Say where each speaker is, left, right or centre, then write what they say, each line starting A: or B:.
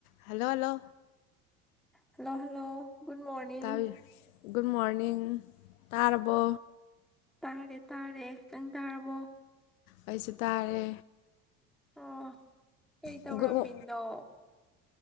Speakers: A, on the left (about 70°); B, in the centre.
A: Hello hello
B: hello hello good morning
A: ꯇꯥꯕꯤ ꯒꯨꯗ ꯃꯣꯔꯅꯤꯡ ꯇꯥꯔꯕꯣ
B: ꯇꯥꯔꯦ ꯇꯥꯔꯦ ꯅꯡ ꯇꯥꯔꯕꯣ
A: ꯑꯩꯁꯨ ꯇꯥꯔꯦ
B: ꯑ ꯀꯩ ꯇꯧꯔꯝꯃꯤꯅꯣ
A: ꯒꯨꯗ